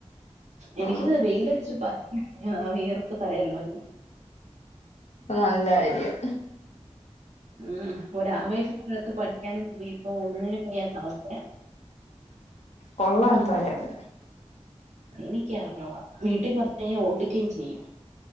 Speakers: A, on the right; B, on the left.
A: എനിക്കിത്
B: ആ
A: വെയില് അടിച്ചു <unintelligible> ആ വെയർപ്പ് തലയിലെറങ്ങി
B: അത് നല്ല കാര്യാ
A: ഉം ഒര് ആവേശത്തിനാത്ത് പഠിക്കാനും പോയി ഇപ്പോ ഒന്നിനും വയ്യാത്ത അവസ്ഥയാ
B: കൊള്ളാ എന്തായാലും
A: എനിക്കറിഞ്ഞൂടാ വീട്ടി പറഞ്ഞ് കഴിഞ്ഞാ ഓട്ടിക്കുകയും ചെയ്യും